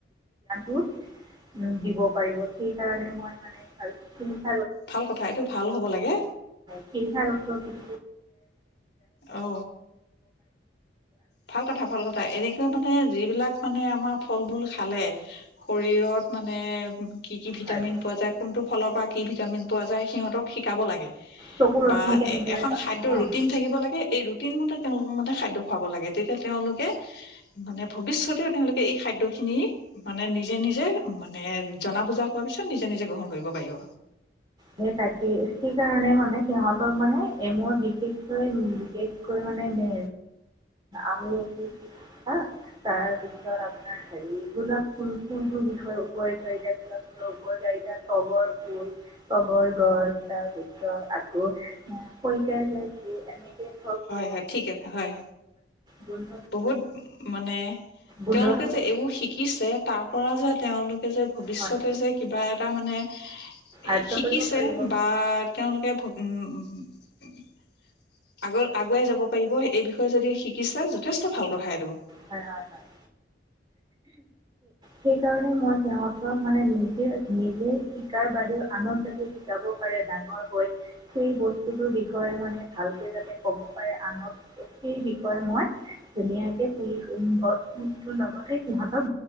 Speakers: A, on the right; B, on the left.
A: উ দিব পাৰিব সেইকাৰণে মই মানে ভ
B: ভাল কথা এইটো ভাল হ'ব লাগে।
A: শিলিখা গছৰ পুলি
B: অ, অ ভাল কথা ভাল কথা। এনেকৈ মানে যি বিলাক মানে আমাৰ। ফল- মূল খালে শৰীৰত মানে। কি কি ভিটামিন
A: হয়
B: পোৱা যায় কোনটো। ফলৰ পৰা কি ভিটামিন পোৱা যায় সিহঁতক - শিকাব লাগে
A: চকুৰ
B: বা
A: ৰশ্মি কেনেদৰে
B: এখন
A: পায়
B: খাদ্যৰ
A: ন
B: ৰুটিন থাকিব লাগে এই ৰুটিন মতে - তেওঁলোক মানে খাদ্য খুৱাব লাগে। তেতিয়া তেওঁলোকে মানে ভৱিষয়তেও, তেওঁলোকে মানে ভৱিষ্যতেও তেওঁলোকে এই খাদ্য খিনি মানে, নিজে নিজে মানে জনা বুজা হোৱাৰ পিছত নিজে নিজে গ্ৰহণ কৰিব পাৰিব।
A: স তাকেই সেইকাৰণে মানে সিহঁতক মানে মোৰ বিশেষকৈ বিশেষকৈ মানে হে আমল তাৰপিছত আপোনাৰ হেৰি গোলাপ ফুল ফুলটোোৰ বিষয় উপকাৰা গোলাপ ফুলৰ কাৰিতা তগৰ ফুল <inaudible> তগৰ গছ তাৰ পিছত আকৌ খইকাজাই ফুল।
B: হয় হয় ঠিক আছা হয়।
A: গোন্ধ
B: বহুত মানে
A: গোন্ধ
B: তেওঁলোকে
A: থকা
B: যে এইবোৰ শিকিছে। তাৰ পৰা যে তেওঁলোক - ভৱিষ্যতে
A: হয়
B: যে কিবা এট - তাৰ মানে - <unintelligible>
A: আয়ত্ব
B: শিকিছে
A: কৰিব পাৰিব
B: বা তেওঁলোকে <unintelligible> আগু আগুৱাই যাব পাৰিব এই বিষ - তই যদি শিকিছে যথেষ্ট ভাল কথা এইটো।
A: হয় হয় হয় সেই কাৰণে মই সিহঁতক মানে নিজে নিজে শিকাৰ বাদেও আনক যাতে শিকাব পাৰে ডাঙৰ হৈ সেই বস্তুটো বিষয়ে মানে ভালকৈ যাতে কব পাৰে আনক সেই বিষয়ে মই ধুনীয়াকে - লগতে সিহঁতক